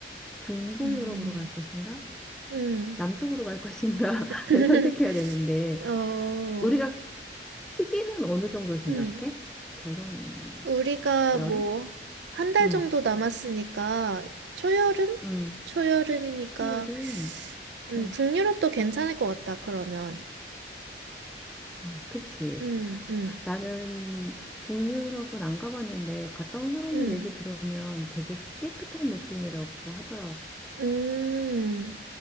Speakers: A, in the centre; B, on the right.
A: 중부
B: 음,
A: 유럽으로 갈 것인가?
B: 음.
A: 남쪽으로 갈 것인가를
B: <laughs>
A: <laughs> 선택해야 되는데
B: 어,
A: 우리가 시기는 어느 정도 생각해?
B: 음.
A: 결혼
B: 우리가
A: 여름?
B: 뭐, 한 달
A: 응,
B: 정도 남았으니까, 초여름?
A: 응,
B: 초여름이니까,
A: 추여름.
B: 음,
A: 응,
B: 북유럽도 괜찮을 것 같다, 그러면.
A: 어, 그치.
B: 음, 음,
A: 나는 북유럽은 안 가봤는데 갔다 온 사람들
B: 음,
A: 얘기 들으면 되게 깨끗한 느낌이라고 하더라고.
B: 음,